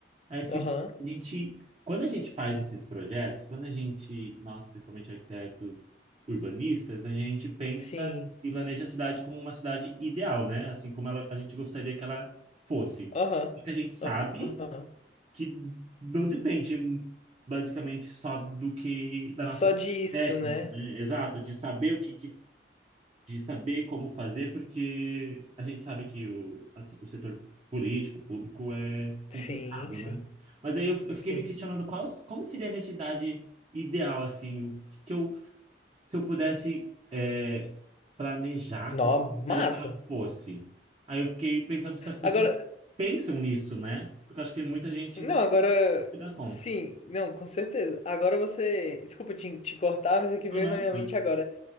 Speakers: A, on the right (about 35°); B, on the left (about 35°).
A: Aí eu fiquei
B: Aham,
A: pensando, a gente, quando a gente faz esses projetos, quando a gente, nós, principalmente arquitetos urbanistas, a gente pensa
B: sim.
A: e planeja a cidade como uma cidade ideal, né? Assim como ela, a gente gostaria que ela fosse.
B: Aham.
A: Porque a gente sabe
B: Aham.
A: que não depende basicamente só do que da
B: Só
A: nossa parte
B: disso,
A: técnica,
B: né?
A: né? Exato, de saber o que, que- de saber como fazer, porque a gente sabe que o, a- o setor político, público é complicado,
B: Sim, sim,
A: né? Mas aí eu, eu fiquei
B: sim.
A: me questionando qual, como seria a minha cidade ideal, assim, o que, que eu, se eu pudesse é, planejar,
B: Nó,
A: como eu gostaria
B: massa.
A: que ela fosse. Aí eu fiquei pensando se as pessoas
B: Agora,
A: pensam nisso, né? Porque eu acho que muita gente
B: não,
A: não
B: agora,
A: se dá conta.
B: sim, não, com certeza. Agora você, desculpa te, te cortar, mas é que
A: Não,
B: veio
A: não.
B: na minha
A: mas-
B: mente agora.